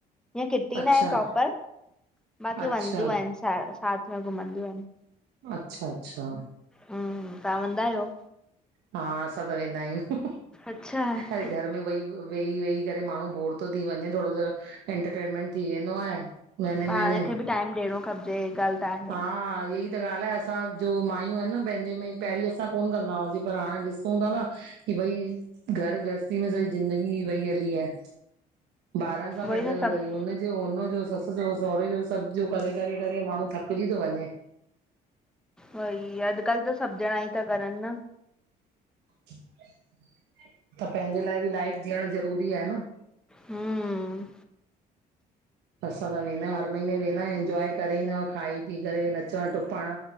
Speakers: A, in the centre; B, on the right.
A: हीअं किटी
B: अच्छा
A: ना आहे प्रोपर बाक़ी
B: अच्छा
A: वंदियूं आहिनि साथ में घुमंदियूं आहिनि।
B: अच्छा अच्छा
A: हं तहां वंदा आयो?
B: हा असां त वेंदा आयूं
A: अच्छा
B: अरे घर में वेही वेही वेही करे माण्हू बोर थो थी वञे थोरो सो एंटरटेनमेंट थी वेंदो आहे महिने
A: पाण
B: महिने।
A: खे बि टाइम ॾियणो खप इे ॻाल्ह त आहे।
B: हा ईएई। त ॻाल्हि आहे असांजो माययूं आहिन न पंहिंजे में पहिरीं अ असां कोन कंदा हुआसीं पर हाणे ॾिसूं था न की भई घर ग्रहस्थी में सॼी ज़िंदगी ही वई हली आहे ॿारनि सां गॾु
A: उई न सभु
B: वरी हुन पियो हुन जो ससु सो सहुरे जो सब जो करे करे करे माण्हू थकिजी थो वञे।
A: वई अॾकल्ह त सभु जणा ई था करनि न।
B: त पंहिंजे लाइ बि लाइफ जीअण ज़रूरी आहे न।
A: हूं।
B: असां त वेंदा आयूं हर महीने वेंदा आइन एंजॉय करे ईंदा आयूं खाई पी करे नचणु टुपण।